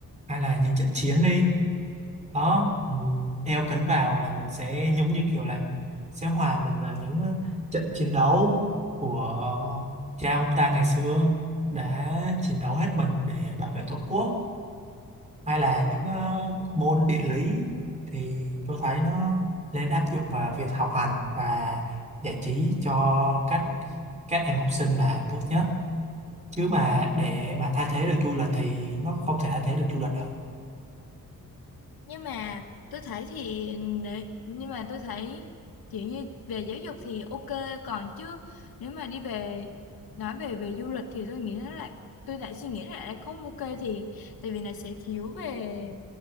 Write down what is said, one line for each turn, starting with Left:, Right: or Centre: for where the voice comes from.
Right: hay là những trận chiến đi đó mình đeo kính vào là mình sẽ giống như kiểu là mình sẽ hòa mình vào những ờ, trận chiến đấu của cha ông ta ngày xưa đã chiến đấu hết mình để bảo vệ tổ quốc hay là những ờ, môn địa lý thì tôi thấy nó nên áp dụng vào việc học hành và giải trí cho các các em học sinh là tốt nhất chứ mà để mà thay thế được du lịch thì nó không thể thay thế được du lịch đâu
Left: nhưng mà tôi thấy thì nể- nhưng mà tôi thấy kiểu như về giáo dục thì ok còn chứ nếu mà đi về nói về về du lịch thì tôi nghĩ nó lại tôi lại suy nghĩ lại là lại không ok thì tại vì nó sẽ thiếu về